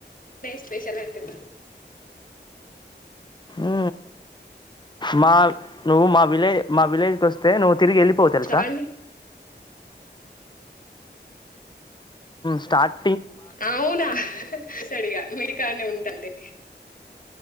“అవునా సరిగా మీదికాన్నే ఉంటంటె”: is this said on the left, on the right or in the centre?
Left